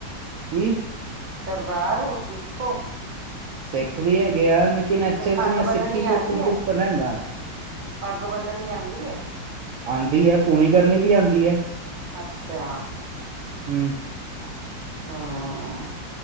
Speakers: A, on the right; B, on the right.
A: ਕੀ
B: ਸਰਦਾਰ ਹੋ ਸਿੱਖ ਹੋ
A: ਸਿੱਖ ਵੀ ਹੈਗੇ ਆ ਲੇਕਿਨ ਐਚਲ
B: ਤੇ ਪੱਗ
A: ਚ ਮੈਂ
B: ਬੰਨਣੀ
A: ਸਿੱਖੀ ਤੋਂ
B: ਆ ਗਈ
A: ਕੁੱਦ
B: ਐ?
A: ਉੱਪਰ ਹੈਗਾ
B: ਪੱਗ ਬੰਨਣੀ ਆਉਂਦੀ ਹੈ
A: ਆਉਂਦੀ ਹੈ ਪੂਣੀ ਕਰਨੀ ਵੀ ਆਉਂਦੀ ਹੈ
B: ਅੱਛਾ
A: ਹਮ
B: ਹਾਂ